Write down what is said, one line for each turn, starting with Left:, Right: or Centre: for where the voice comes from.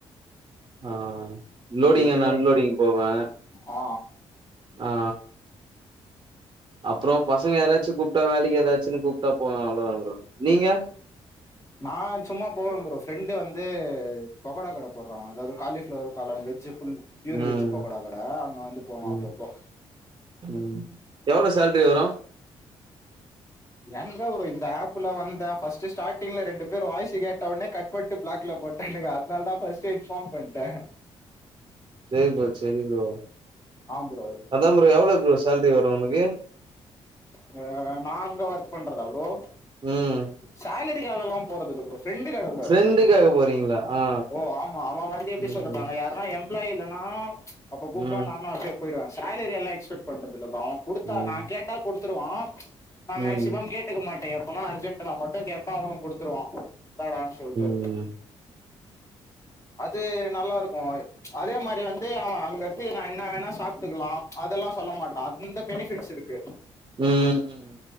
Right: ஆ லோடிங்
Left: இது
Right: அன்ட் அன்லோடிங் போவே
Left: ஆ
Right: அ அப்றோ பசங்க யாராச்சு கூப்ட்டா வேலக்கி எதாச்சுன் கூப் ட்டா போவ அவ்ளதா ப்ரோ நீங்க
Left: நா சும்மா போவேன் ப்ரோ ஃப்ரெண்டு வந்து பகோடா கட போட்றா அதாது காலிஃப்ளவர் காளான் வெஜ்ஜு ஃபுல் பியூர்
Right: ம்
Left: வெஜ் பக்கோடா கட அங்க வந்து போவோ
Right: ம்
Left: அப்பப்போ
Right: ம் எவ்ளோ சேல்ரி வரு
Left: எங்க ப்ரோ இந்த ஆப்ல வந்த ஃபஸ்ட் ஸ்டார்டிங்ல ரெண்டு பேர் வாய்ஸ கேட்டவுனே கட் பண்ட்டு பிளாக்ல போட்டே அதனால தா ஃபர்ஸ்ட்டு இன்ஃபார்ம் பண்ணிட்ட
Right: செரி ப்ரோ செரி ப்ரோ
Left: ஆ ப்ரோ
Right: அதா ப்ரோ எவ்ளோ ப்ரோ சேல்ரி வரு உனக்கு
Left: இப்ப நாங்க ஒர்க் பண்றதா ப்ரோ
Right: ம்
Left: சேலரிக்காகல்லா போறதில்ல ப்ரோ ஃப்ரெண்டு கட ப்ரோ
Right: ஃப்ரெண்டுக்காக
Left: அது
Right: போறீங்களா ஆ
Left: ஓ ஆமா அவ வந்து எப்டி
Right: ம்
Left: சொல்றது அங்க யாரு நா எம்ப்ளாய் இல்லனா அப்ப கூப்பிடுவா
Right: ம்
Left: நானு அப்டிய போயிடுவே சேலரில்லா எக்ஸ்பெக்ட் பண்றது இல்ல ப்ரோ குடுத்தா
Right: ம்
Left: நா கேட்டா குடுத்துடுவா நா
Right: ம்
Left: மேக்சிமம் கே டுக்க மாட்ட எப்பனா அர்ஜென்ட்டுனா மட்டு கேப்ப அவனு குடுத்துருவா இந்தாடான் சொல்ட்டு
Right: ம்
Left: அது நல்லாருக்கு அதே மாரி வந்து அவ அங்கடுத்து நா என்னா வேணா சாப்ட்டுக்கலா அதெல்லா சொல்ல மாட்டா அந்த பெனிஃபிட்ஸ் இருக்கு
Right: ம் ம்